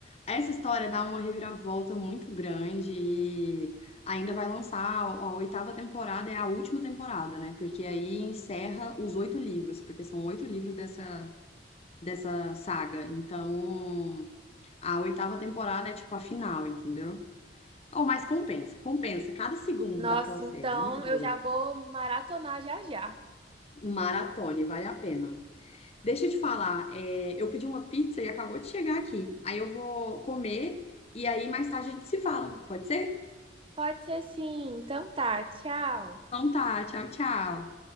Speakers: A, on the left; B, on the right.
A: essa história dá uma reviravolta muito grande e ainda vai lançar a, a oitava temporada, é a última temporada, né? Porque aí encerra os oito livros, porque são oito livros dessa, dessa saga. Então, a oitava temporada é tipo a final, entendeu? Oh, mas compensa, compensa. Cada segundo
B: Nossa,
A: daquela série
B: então
A: é muito boa.
B: eu já vou maratonar já já.
A: Maratone, vale a pena. Deixa eu te falar, é, eu pedi uma pizza e acabou de chegar aqui. Aí eu vou comer e aí mais tarde a gente se fala, pode ser?
B: Pode ser sim. Então tá, tchau.
A: Então tá, tchau, tchau.